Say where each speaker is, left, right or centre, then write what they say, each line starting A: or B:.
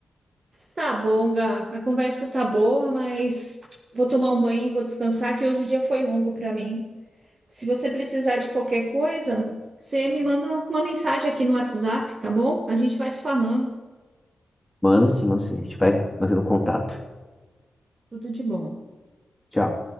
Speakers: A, on the right; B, in the centre.
A: Tá bom, Gá. A conversa tá boa, mas vou tomar um banho e vou descansar, que hoje o dia foi longo para mim. Se você precisar de qualquer coisa, você me manda uma mensagem aqui no WhatsApp, tá bom? A gente vai se falando.
B: Mando sim, mando sim. A gente vai mantendo contato.
A: Tudo de bom.
B: Tchau.